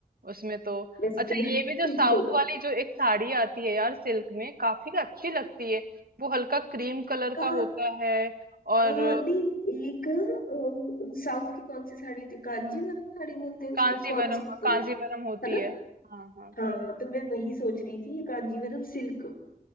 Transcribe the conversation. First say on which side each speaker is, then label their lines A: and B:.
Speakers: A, on the right (about 85°); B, on the left (about 80°).
A: उसमें तो
B: वैसे
A: अच्छा
B: तो मैं
A: ये भी
B: <laughs>
A: जो
B: वैसे-
A: साउथ वाली जो एक साड़ी आती है यार सिल्क में काफी अच्छी लगती है वो हल्का क्रीम कलर
B: कहाँ
A: का होता है और
B: अ, नहीं एक अ, साउथ की कौन सी साड़ी होती है कांजीवरम साड़ी बोलते हैं उसको
A: कांजीवरम
B: कौन सी होती
A: हाँ, कांजीवरम
B: है
A: होती
B: है ना
A: है हाँ हाँ कांजी
B: हाँ तो मैं वही सोच रही थी ये कांजीवरम सिल्क